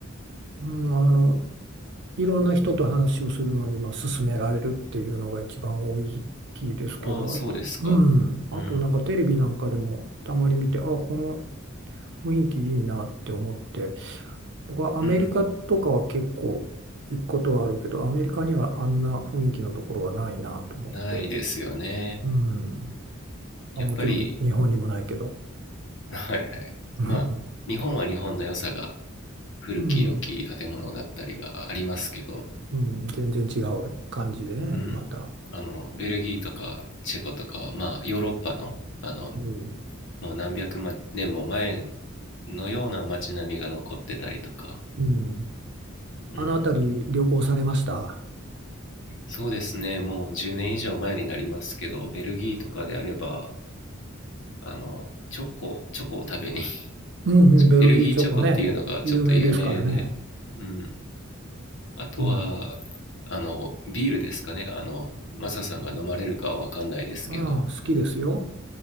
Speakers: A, on the right; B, on the left.
A: うん、あの、いろんな人と話をするのに、まあ、勧められるっていうのが一番大きいですけど、
B: ああ、そうですか。
A: あと、うん、あとなんかテレビなんかでもたまに見て、
B: うん。
A: あ、この雰囲気いいなって思って、僕はアメリカとかは結構行くことはあるけど、
B: うん。
A: アメリカにはあんな雰囲気のところはないなと思って、
B: ないですよね。
A: うん、まあ、
B: やっぱり、
A: もちろん日本にもないけど、
B: <laughs> はいはい。
A: <laughs> うん
B: まあ、日本は日本の良さが、古き良き建物だったりがありますけど、
A: うん、うん全然違う感じでね、
B: うん。
A: また。
B: あの、ベルギーとかチェコとかは、まあ、ヨーロッパの、あの、
A: うん、
B: もう何百万年も前のような街並みが残ってたりとか、
A: うん、
B: うん、
A: あの辺り旅行されました
B: そうですね、もう10年以上前になりますけど、ベルギーとかであれば、あの、チョコ、チョコを食べに <laughs>
A: うんうん、ベルギーチョコね、
B: ベルギーチョコっていうのがちょっと有名で、
A: 有名ですからね。
B: うん。あとは、
A: うん。
B: あの、ビールですかね。あの、マサさんが飲まれるかはわかんないですけど、
A: まあ、好きですよ。